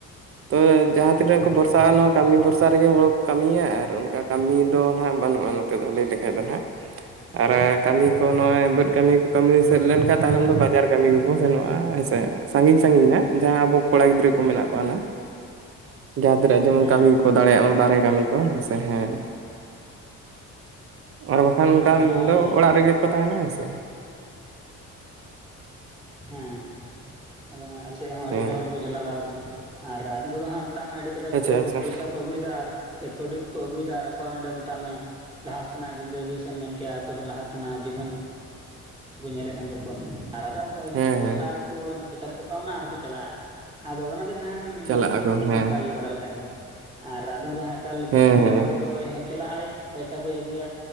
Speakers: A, on the right (about 50°); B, on the right (about 15°).
A: ᱛᱚ ᱡᱟᱦᱟᱸ ᱛᱤᱱᱟᱹᱜ ᱠᱚ ᱵᱷᱚᱨᱥᱟᱜᱼᱟ ᱱᱚᱣᱟ ᱠᱟᱹᱢᱤ ᱵᱷᱚᱨᱥᱟ ᱨᱮᱜᱮ ᱦᱚᱲ ᱠᱚ ᱠᱟᱹᱢᱤᱭᱟ ᱟᱨ ᱚᱱᱠᱟ ᱠᱟᱹᱢᱤ ᱫᱚ ᱱᱟᱦᱟᱜ ᱵᱟᱹᱱᱩᱜᱼᱟ ᱱᱚᱛᱮ ᱫᱚ ᱞᱟᱹᱭ ᱞᱮᱠᱷᱟᱱ ᱫᱚ ᱱᱟᱦᱟᱜ ᱟᱨ ᱠᱟᱹᱢᱤ ᱠᱚ ᱱᱚᱜᱼᱚᱭ ᱵᱟᱹᱫᱽ ᱠᱟᱹᱢᱤ ᱠᱚ ᱠᱟᱹᱢᱤ ᱥᱟᱹᱛ ᱞᱮᱱ ᱠᱷᱟᱱ ᱛᱟᱭᱱᱚᱢ ᱫᱚ ᱵᱟᱡᱟᱨ ᱠᱟᱹᱢᱤ ᱠᱚᱠᱚ ᱥᱮᱱᱚᱜᱼᱟ ᱦᱮᱸᱥᱮ ᱥᱟᱸᱜᱤᱧ ᱥᱟᱸᱜᱤᱧ ᱨᱮᱱᱟᱜ ᱡᱟᱦᱟᱸ ᱟᱵᱚ ᱠᱚᱲᱟ ᱜᱤᱫᱽᱨᱟᱹ ᱠᱚ ᱢᱮᱱᱟᱜ ᱠᱚᱣᱟ
B: <inaudible>
A: ᱡᱟᱦᱟᱸ ᱛᱤᱱᱟᱹᱜ ᱡᱮᱢᱚᱱ
B: ᱦᱮᱸ
A: ᱠᱟᱹᱢᱤ ᱠᱚᱠᱚ ᱫᱟᱲᱮᱭᱟᱜ ᱢᱟ ᱵᱟᱦᱨᱮ ᱠᱟᱹᱢᱤ ᱠᱚ ᱦᱮᱸᱥᱮ ᱦᱮᱸ ᱟᱨ ᱵᱟᱠᱷᱟᱱ ᱚᱱᱠᱟ
B: ᱟᱫᱚ ᱱᱚᱜᱼᱚᱭ
A: ᱫᱚ ᱚᱲᱟᱜ ᱨᱮᱜᱮ ᱠᱚ ᱛᱟᱦᱮᱱᱟ ᱦᱮᱸ ᱥᱮ
B: ᱦᱮᱸ ᱟᱫᱚ ᱱᱟᱜ ᱟᱞᱮ ᱥᱮᱫ ᱦᱚᱸ ᱟᱹᱰᱤ
A: ᱦᱮᱸ
B: ᱜᱟᱱ ᱦᱚᱲ ᱠᱚ ᱪᱟᱞᱟᱣ ᱵᱟᱲᱟ ᱟᱠᱟᱱᱟ ᱟᱨ ᱟᱫᱚᱢ ᱠᱚᱫᱚ ᱦᱟᱸᱜ ᱢᱮᱛᱟᱜ ᱢᱮ ᱟᱹᱰᱤ ᱠᱟᱡᱟᱠ
A: ᱟᱪᱪᱷᱟ
B: ᱠᱚ
A: ᱟᱪᱪᱷᱟ
B: ᱯᱚᱭᱥᱟ ᱠᱚ ᱟᱹᱜᱩᱭᱮᱫᱟ ᱟᱨ ᱥᱮ ᱠᱟᱹᱣᱰᱤ ᱠᱚᱠᱚ ᱟᱹᱜᱩᱭᱮᱫᱟ ᱟᱨ ᱟᱠᱚᱣᱟᱜ ᱱᱚᱰᱮ ᱢᱮᱛᱟᱜ ᱢᱮ ᱞᱟᱦᱟ ᱥᱮᱱᱟᱜ ᱡᱤᱱᱫᱟᱹᱜᱤ ᱥᱮ ᱢᱮᱱ ᱠᱮᱭᱟ ᱟᱠᱚ ᱞᱟᱦᱟ ᱛᱮᱱᱟᱜ ᱡᱤᱵᱚᱱ ᱧᱮᱞᱮᱫ ᱠᱟᱱ ᱛᱟᱠᱚᱣᱟ ᱟᱨ ᱟᱫᱟᱞ ᱠᱚ ᱦᱤᱡᱩᱜ
A: ᱦᱮᱸ
B: ᱟᱠᱚ
A: ᱦᱮᱸ
B: ᱟᱨ ᱠᱚ ᱪᱟᱵᱟ ᱦᱚᱴᱚ ᱠᱟᱜᱼᱟ ᱟᱨᱠᱚ ᱪᱟᱞᱟᱜᱼᱟ ᱟᱫᱚ ᱚᱱᱟ ᱫᱚ ᱡᱟᱦᱟᱸᱱ
A: ᱪᱟᱞᱟᱜ
B: ᱞᱟᱹᱠᱛᱤ
A: ᱟᱠᱚ
B: ᱜᱮ ᱵᱟᱹᱱᱩᱜᱼᱟ
A: ᱦᱮᱸ
B: ᱚᱱᱠᱟ ᱤᱭᱟᱹ ᱵᱟᱲᱟ ᱞᱮᱠᱷᱟᱡ ᱫᱚ ᱞᱮᱠᱷᱟᱡ ᱫᱚ ᱟᱨ ᱟᱫᱚᱢ ᱫᱚ ᱮᱠᱟᱞ
A: ᱦᱮᱸ
B: ᱵᱩᱫᱽᱫᱷᱤᱭᱟᱱ ᱦᱚᱲ ᱫᱚ ᱪᱟᱞᱟᱜᱼᱟᱭ ᱯᱚᱭᱥᱟ ᱠᱚᱭ ᱟᱹᱜᱩᱭᱟ